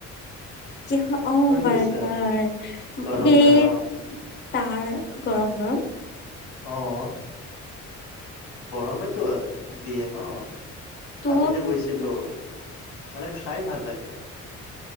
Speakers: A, on the left; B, on the left.
A: কিহ অ', বাৰ্গাৰ
B: গৈছা
A: সেই
B: গৰম গৰম
A: তাৰ গৰম, গৰম
B: আহ গৰমেতো দিয়ে ন
A: তো
B: আমি যে গৈছিলো মানে খাই ভাল লাগে